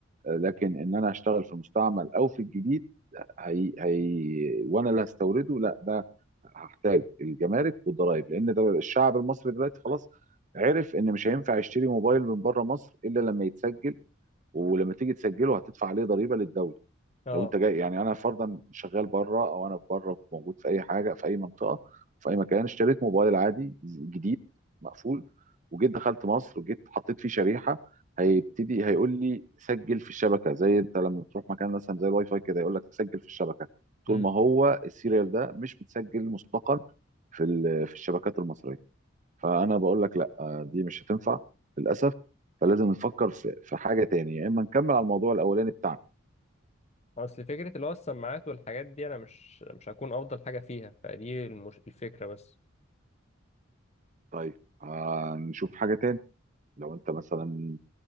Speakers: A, on the right; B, on the left.
A: آه، لكن ان انا اشتغل في المستعمل او في الجديد هي هي وانا اللي هستورده لا ده هحتاج الجمارك والضرائب لان ده الشعب المصري دلوقتي خلاص عرف ان مش هينفع يشتري موبايل من بره مصر الا لما يتسجل ولما تيجي تسجله هتدفع عليه ضريبه للدوله
B: اه
A: لو انت جاي يعني انا فرضا شغال بره او انا بره موجود في اي حاجه في اي منطقه في اي مكان اشتريت موبايل عادي جديد مقفول وجيت دخلت مصر وجيت حطيت فيه شريحه هيبتدي هيقول لي سجل في الشبكه زي انت لما تروح مكان مثلا زي الواي فاي كده يقول لك سجل في الشبكه طول
B: امم
A: ما هو السيريال ده مش متسجل مسبقا في ال- في الشبكات المصريه فانا بقول لك لا آه، دي مش هتنفع للاسف فلازم نفكر في في حاجه تانية يا اما نكمل على الموضوع الاولاني بتاعنا
B: اصل فكره اللي هو السماعات والحاجات دي انا مش مش هكون افضل حاجه فيها فدي المش... الفكره بس
A: طيب هنشوف حاجة تاني لو انت مثلا